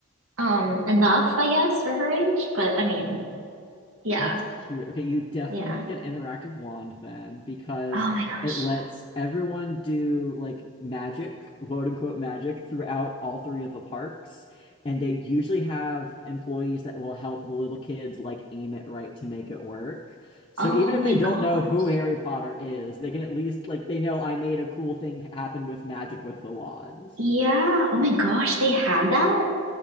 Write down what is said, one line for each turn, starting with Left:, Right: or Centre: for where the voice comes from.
Right: um enough, I guess, for her age. But I mean,
Left: Oh.
Right: yeah,
Left: That's cute. Okay, you definitely
Right: yeah.
Left: have to get an interactive wand then because
Right: Oh my gosh.
Left: it lets everyone do like magic, quote unquote magic, throughout all three of the parks. And they usually have employees that will help the little kids like aim it right to make it work. So
Right: Oh
Left: even if
Right: my
Left: they don't
Right: gosh.
Left: know who Harry Potter is, they can at least like they know I made a cool thing happen with magic with the wand.
Right: Yeah. Oh my gosh. They have that.